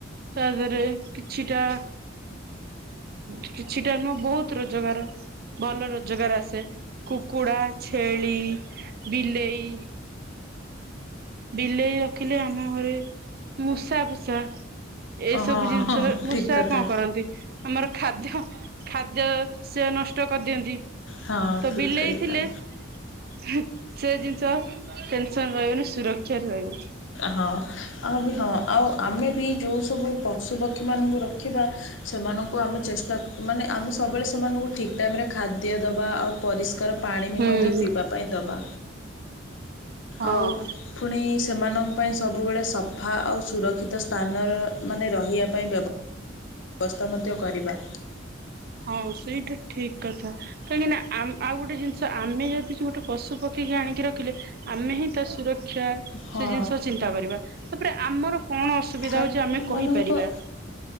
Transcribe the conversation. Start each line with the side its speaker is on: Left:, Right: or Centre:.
Right: ତା ଦେହରେ କିଛିଟା। କିଛିଟା ନୁହଁ ବହୁତ ରୋଜଗାର। ଭଲ ରୋଜଗାର ଆସେ କୁକୁଡା ଛେଳି ବିଲେଇ। ବିଲେଇ ରଖିଲେ ଆମ ଘରେ ମୂଷା ଫୂଷା। ଏଇସବୁ
Left: ହଁ
Right: ଜିନିଷରେ
Left: ହଁ ଠିକ୍
Right: ମୂଷା
Left: କଥା
Right: କଣ କରନ୍ତି। ଆମର ଖାଦ୍ୟ ଖାଦ୍ୟ ସେ ନଷ୍ଟ କରିଦିଅନ୍ତି।
Left: ହଁ
Right: ତ
Left: ଠିକ୍
Right: ବିଲେଇ
Left: କହିଲ।
Right: ଥିଲେ ସେ ଜିନିଷ ଟେନସନ ରହିବନି ସୁରକ୍ଷାରେରେ ରହିବ।
Left: ହଁ ଆଉ ବି ହଁ ଆଉ ଆମେ ବି ଯେଉଁ ସବୁ ପଶୁପକ୍ଷୀମାନଙ୍କୁ ରଖିବା। ସେମାନଙ୍କୁ ଆମେ ଚେଷ୍ଟା ମାନେ ଆମେ ସବୁବେଳେ ସେମାନଙ୍କୁ ଠିକ ଟାଇମ ରେ ଖାଦ୍ୟ ଦବା ଆଉ ପରିଷ୍କାର ପାଣି ବି
Right: ହୁଁ
Left: ମଧ୍ୟ ପିଇବା ପାଇଁ ଦବା
Right: ହଁ।
Left: ଆଉ। ପୁଣି ସେମାନଙ୍କ ପାଇଁ ସବୁବେଳେ ସଫା ଆଉ ସୁରକ୍ଷିତ ସ୍ଥାନର ମାନେ ରହିବା ପାଇଁ ବ୍ୟବ ବ୍ୟବସ୍ଥା ମଧ୍ୟ କରିବା।
Right: ହଉ ସେଇଟା ଠିକ କଥା। କାହିଁକିନା ଆ ଆଉ ଗୋଟେ ଜିନିଷ ଆମେ ଯଦି ଗୋଟେ ପଶୁ ପକ୍ଷୀକି ଆଣିକି ରଖିଲେ ଆମେ ହିଁ ତା ସୁରକ୍ଷା ସେ
Left: ହଁ
Right: ଜିନିଷ ଚିନ୍ତା କରିବା ତାପରେ ଆମର କଣ ଅସୁବିଧା
Left: କାରଣ
Right: ହଉଛି ଆମେ
Left: ସେମାନଙ୍କ
Right: କହିପାରିବା।